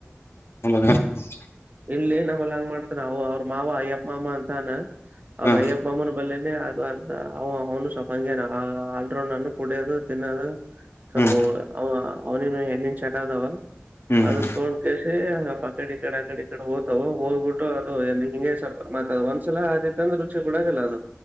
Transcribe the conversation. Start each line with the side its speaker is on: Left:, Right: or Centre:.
Left: <unintelligible>
Right: ಇಲ್ಲಲ್ಲಿ ಏನ ಅವಲ್ಲಂಗ ಮಾಡ್ತಾರ ಅವವು ಅವ್ರ ಮಾವ ಅಯ್ಯಪ್ಪ ಮಾ ಅಮ್ಮ ಅಂತಾನ.
Left: ಹ್ಮ್
Right: ಅವ್ರ ಅಯ್ಯಪ್ಪ ಅಮ್ಮನ ಬಲ್ಲೇನೆ ಅದು. ಅವನು ಸ್ವಲ್ಪ ಹಂಗೇ ಆಲ್ರೌಂಡ್ ಅನ್ನು ಕುಡಿಯೋದು ತಿನ್ನೋದು ಸ್ವಲ್ಪ.
Left: ಹ್ಮ್
Right: ಅವ ಅವ್ನಿನ್ ಹೆಣ್ಣನ್ ಚಟ್ದವ
Left: ಹ್ಮ್
Right: ಅದ ತೋಡ್ಕಸಿ. ಕಡಿ ಕಡ ಕಡಿ ಕಡೆ ಓ್ತವ ಓದ್ಬಿಟ್ಟು ಅದು ಎಲ್ಲಿ ಹಿಂ <inaudible> ಒಂದ್ಸಲ ಆದ. ವೃಕ್ಷ ಗೂಡಾಗಲ್ಲ ಅದು.